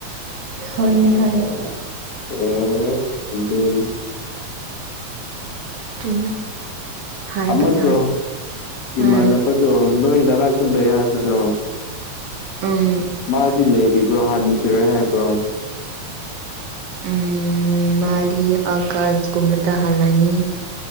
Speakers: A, on the right; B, on the left.
A: ꯍꯣꯏꯅꯦ ꯍꯣꯏꯅꯦ
B: ꯑ ꯑꯗꯨꯅꯤ
A: ꯆꯨꯝꯃꯦ ꯍꯥꯏꯕ
B: ꯑꯃꯗꯣ
A: ꯇꯥꯔꯦ
B: ꯏꯃꯥꯟꯅꯕ
A: ꯎꯝ
B: ꯗꯣ ꯅꯣꯏ ꯅꯅꯥꯛꯇ ꯂꯩ ꯍꯥꯏꯕꯗꯣ
A: ꯎꯝ
B: ꯃꯥꯗꯤ ꯂꯩ ꯕ꯭ꯔꯣ ꯍꯥꯟꯈꯤꯔꯣꯏ ꯍꯥꯏꯕ꯭ꯔꯣ
A: ꯎꯝ ꯃꯥꯗꯤ ꯑꯥꯒꯁꯀꯨꯝꯕꯗ ꯍꯜꯂꯅꯤ